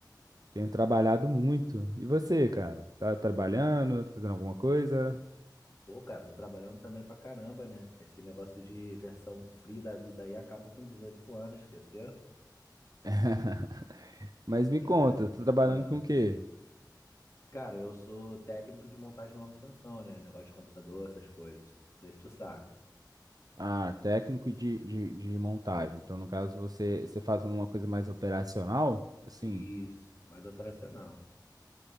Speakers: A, on the right; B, on the left.
A: tenho trabalhado muito. E você, cara? Tá trabalhando? Tá fazendo alguma coisa?
B: Pô, cara, tô trabalhando também pra caramba, né? Esse negócio de versão free da vida aí acaba com 18 anos, esqueceu?
A: <laughs> Mas
B: É.
A: me conta, tá trabalhando
B: Ah.
A: com o quê?
B: Cara, eu sou técnico de montagem e manutenção, né? Negócio de computador, essas coisas. Não sei se tu saca.
A: Ah, técnico de, de, de montagem. Então, no caso, você, você faz uma coisa mais operacional? Assim,
B: Isso, mais operacional.